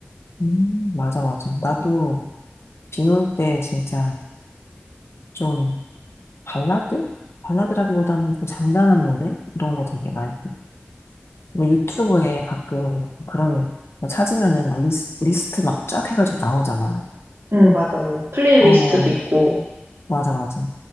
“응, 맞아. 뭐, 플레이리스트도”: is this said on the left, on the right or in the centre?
Right